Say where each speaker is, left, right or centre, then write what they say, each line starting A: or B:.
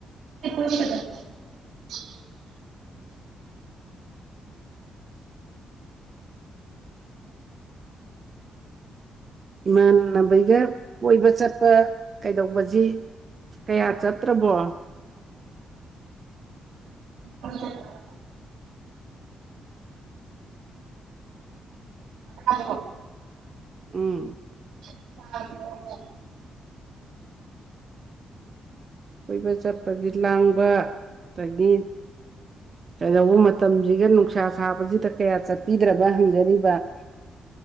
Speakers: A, on the right; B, on the right.
A: ꯗ
B: ꯏꯃꯥꯟꯅꯕꯩꯒ ꯀꯣꯏꯕ ꯆꯠꯄ ꯀꯩꯗꯧꯕꯁꯤ ꯀꯌꯥ ꯆꯠꯇ꯭ꯔꯕꯣ
A: ꯍ <unintelligible> ꯇꯔꯕꯣ
B: ꯎꯝ
A: <unintelligible>
B: ꯀꯣꯏꯕ ꯆꯠꯄꯗꯤ ꯂꯥꯡꯕ ꯑꯗꯒꯤ ꯀꯩꯗꯧꯕ ꯃꯇꯝꯁꯤꯒ ꯅꯨꯡꯁꯥ ꯁꯥꯕꯁꯤꯗ ꯀꯌꯥ ꯆꯠꯄꯤꯗ꯭ꯔꯕ ꯍꯪꯖꯔꯤꯕ <inaudible>